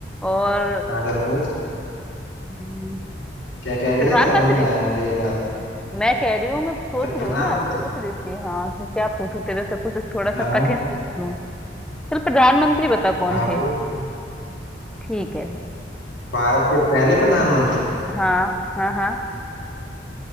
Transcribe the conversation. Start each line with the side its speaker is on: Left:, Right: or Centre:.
Centre: और
Left: हाँ चल पूछ
Centre: हम्म,
Left: क्या कह रही
Centre: प्रधानमंत्री
Left: है समझ नहीं आया मुझे ये बात
Centre: मैं कह रही हूँ मैं सोच
Left: अच्छा
Centre: रही
Left: प्रधानमंत्री
Centre: हूँ ना सोच रही थी हाँ कि क्या पूछूं तेरे से कुछ थोड़ा सा
Left: हाँ
Centre: कठिन पूछ लूँ चल प्रधानमंत्री बता कौन
Left: हाँ
Centre: थे
Left: पूछ
Centre: ठीक है
Left: भारत के पहले प्रधानमंत्री
Centre: हाँ हाँ हाँ